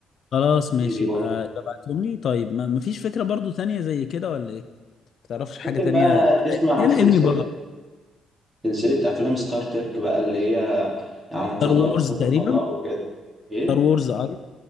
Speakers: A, on the left; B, on the right.
A: خلاص ماشي
B: دي برضه
A: يبقى ابعتهم لي طيب ما مفيش فكرة برضو تانية زي كده ولا ايه ما تعرفش حاجة
B: ممكن
A: تانية
B: بقى تسمع
A: يعني
B: سلسلة
A: انمي برضو
B: سلسلة افلام ستار ترك بقى اللي هي عن
A: ستار
B: فضاء
A: وورز
B: وحروب
A: تقريبا
B: الفضاء وكده ايه
A: ستار وورز أع-